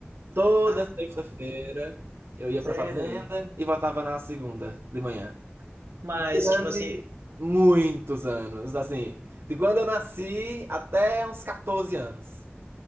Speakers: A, on the right; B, on the right.
A: Toda
B: Ah,
A: sexta-feira eu ia
B: sério?
A: pra fazenda e voltava na segunda de manhã.
B: Mas,
A: Durante
B: tipo assim,
A: muitos anos, assim, de quando eu nasci até uns 14 anos.